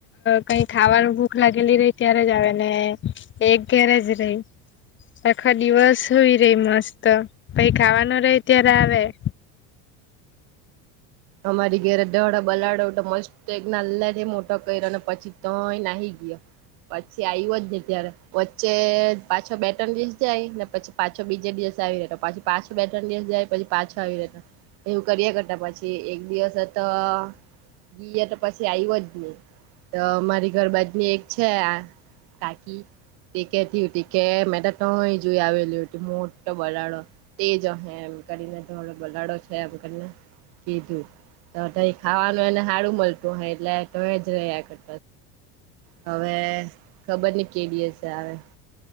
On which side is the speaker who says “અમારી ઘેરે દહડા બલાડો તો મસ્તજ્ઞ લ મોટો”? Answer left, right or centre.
Right